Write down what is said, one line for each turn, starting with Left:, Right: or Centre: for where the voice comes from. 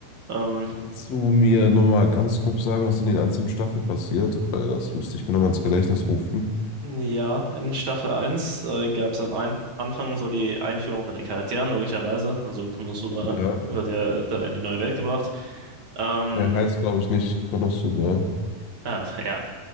Right: Ähm,
Left: Kannst du mir nochmal ganz grob sagen, was in den einzelnen Staffeln passiert? Weil das müsste ich mir nochmal ins Gedächtnis rufen.
Right: ja, in Staffel eins äh, gab es am ein Anfang so die Einführung von den Charakteren, logischerweise. Also Konosuba
Left: Ja.
Right: wird ja da in die neue Welt gebracht. Ähm,
Left: Er heißt, glaube
Right: so.
Left: ich, nicht Konosuba.
Right: äh, ja,